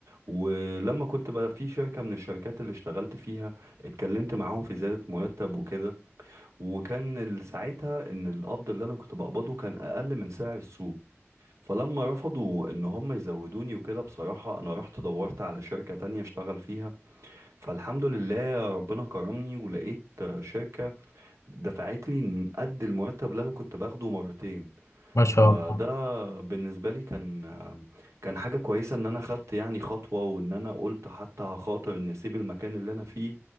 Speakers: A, on the right; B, on the left.
A: ولما كنت بقى في شركة من الشركات اللي اشتغلت فيها اتكلمت معاهم في زيادة مرتب وكده وكان ال- ساعتها ان القبض اللي انا كنت بقبضه كان اقل من سعر السوق فلما رفضوا ان هم يزودوني وكده بصراحة انا رحت دورت على شركة تانية اشتغل فيها فالحمد لله ربنا كرمني ولقيت شركة دفعت لي قد المرتب اللي انا كنت باخده مرتين
B: ما شاء
A: فده
B: الله
A: بالنسبة لي كان كان حاجة كويسة ان انا خدت يعني خطوة وان انا قلت حتى هخاطر ان اسيب المكان اللي انا فيه